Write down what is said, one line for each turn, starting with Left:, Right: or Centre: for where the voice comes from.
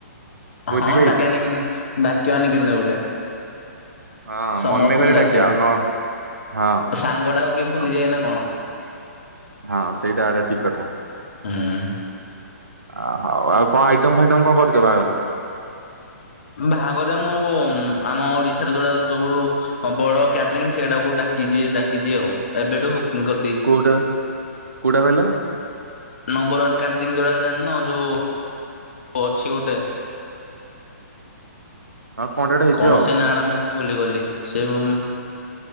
Right: ଭୋଜି
Left: ହଁ
Right: ଖାଇ।
Left: ଡାକିବା କେମିତି, ଡାକିବା ନି କେମିତି ଗୋଟେ।
Right: <inaudible>
Left: ସମସ୍ତଙ୍କୁ
Right: ମନେ କରି
Left: ଡାକିବା,
Right: ଆଉ ନ ହଁ
Left: ସାଙ୍ଗ ଟା କୁ କିଏ ଭୁଲିଯାଏ
Right: ଆଉ
Left: ନା କଣ? <inaudible>
Right: ହଁ ସେଇଟା ଏଟା ଠିକ୍ କଥା।
Left: ହୁଁ ଉଁ
Right: ଅ ହଉ ଆଉ କଣ ଆଇଟମ ଫାଇଟମ କଣ କରୁଚ ବାହାଘରକୁ?
Left: ବାହାଘର ମୁଁ ଆମ ଓଡିଶାରେ ଯୋଉଡା ସବୁୁ ହଁ ବଡ କ୍ୟାଟରିଂ ସେଇଟାକୁ ଡାକିଚି, ଡାକିଚି ଆଉ, ଏବେଠୁ ବୁକିଂ କ
Right: କୋଉଟା, କୋଉଟା କହିଲ?
Left: ନମ୍ବର ୱାନ୍ କାଟରିଙ୍ଗ ଯୋଉଟା ଜାଣିନ? ଯୋଉ ଅଛି ଗୋଟେ
Right: ଆଉ ଥଣ୍ଡାଟେ ହେଇଥିବ
Left: କଣ ସେ ନାଁ ଟା ମୁଁ ଭୁଲିଗଲି, ସେ ହଁ